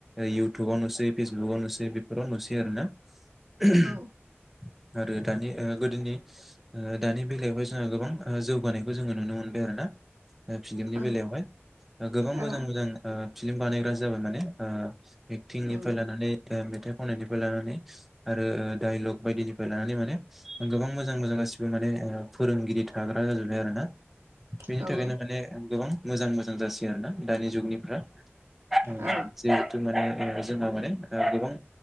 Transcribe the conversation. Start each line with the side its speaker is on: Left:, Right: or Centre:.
Centre: इउटुबाव नुसै फेसबुकाव नुसै बेफोराव नुसै आरो ना? उमह
Right: ओं
Centre: आरो दानि ओ गोदोनि ओ दानि बेलायावहाय जोंहा गोबां जौगानायखौ जोंङो नुनो मोनबाय आरो ना ओ फिलिमनि
Right: औ उम
Centre: बेलायावहाय गोबां
Right: औ
Centre: मोजां
Right: औ
Centre: मोजां ओ फिलिम बानायग्रा जाबाय माने ओ एक्टिंनिफ्राय
Right: उम
Centre: लानानै ओ मेथाइ खननायनिफ्राय लानानै आरो डाइलग बायदिनिफ्राय लानानै माने गोबां मोजां मोजां गासिबो माने ओ फोरोंगिरि थाग्रा जाजोब्बाय आरो ना बेनि
Right: औ
Centre: थाखायनो
Right: उम
Centre: माने गोबां मोजां मोजां जासै आरोना दानि जुगनिफ्रा ओ
Right: औ औ
Centre: जिहेथु माने ओ जोंहा माने ओ गोबां